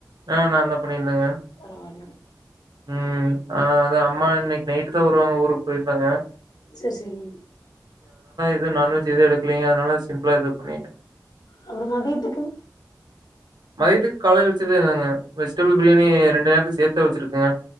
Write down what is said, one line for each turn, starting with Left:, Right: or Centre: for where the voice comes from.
Right: ஆ நான் தான் பண்ணியிருந்தேங்க.
Left: பரவால
Right: ம் ஆஹ் அது அம்மா இன்னைக் நைட்டு தா வருவாங்க ஊருக் போய்ருந்தாங்க
Left: செர் செரி
Right: எதும் நான்வஜ் எதும் எடுக்கலங்க அதனால சிம்பிளா இது பண்
Left: அப்றம் மதியத்துக்கு
Right: மதியத்துக்கு காலையில வச்சதேதாங்க வெஜிடபிள் ப்ரியாணி ரெண்டு நேரத்துக்கு சேத் தா வச்சிருக்கங்க